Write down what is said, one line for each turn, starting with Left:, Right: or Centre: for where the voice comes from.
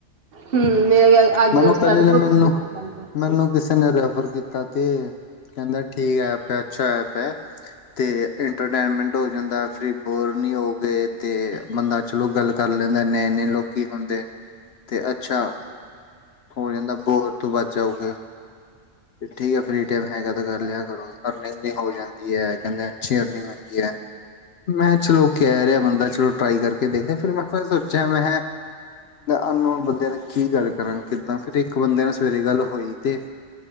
Right: ਹੂੰ ਮੇਰਾ ਅੱਜ
Left: ਮੈਨੂੰ
Right: ਦਾ ਸਟਾਰਟ
Left: ਪਹਿਲੇ ਨੇ
Right: ਗਰੁਪ
Left: ਮੈਨੂੰ
Right: ਘੱ ਐ
Left: ਮੈਨੂੰ ਕਿਸੇ ਨੇ ਰੈਫਰ ਕੀਤਾ ਤੇ ਕਹਿੰਦਾ ਠੀਕ ਹੈ ਆ ਅੱਛਾ ਐਪ ਹੈ ਤੇ ਇੰਟਰਟੇਨਮੈਂਟ ਹੋ ਜਾਂਦਾ ਫੇਰ ਬੋਰ ਨਹੀਂ ਹੋਵੇ ਤੇ ਬੰਦਾ ਚਲੋ ਗੱਲ ਕਰ ਲੈਂਦਾ ਇੰਨੇ ਇਨੇ ਲੋ ਕੀ ਹੁੰਦੇ ਤੇ ਅੱਛਾ ਹੋ ਜਾਂਦਾ ਬੋਰ ਤੋਂ ਵੱਧ ਜਾਊਗੇ ਤੇ ਠੀਕ ਹੈ ਫਰੀ ਟਾਈਮ ਹੈਗਾ ਤੇ ਕਰ ਲਿਆ ਕਰੋ। ਅਰਨਿੰਗ ਵੀ ਹੋ ਜਾਂਦੀ ਹੈ ਕਹਿੰਦੇ ਅੱਛੀ ਅਰਨਿੰਗ ਹੁੰਦੀ ਐ, ਮੈਂ ਚਲੋ ਕਹਿ ਰਿਹਾ ਬੰਦਾ ਚਲੋ ਟਰਾਈ ਕਰਕੇ ਦੇਖਦੇ ਫਿਰ ਮੈਂ ਕਿਹਾ ਸੋਚਿਆ ਮੈਂ ਅਨਨੋਨ ਬੰਦਿਆਂ ਨੇ ਕੀ ਗੱਲ ਕਰਾਂ ਕਿੱਦਾਂ ਫਿਰ ਇੱਕ ਬੰਦੇ ਨੇ ਸਵੇਰੇ ਗੱਲ ਹੋਈ ਤੇ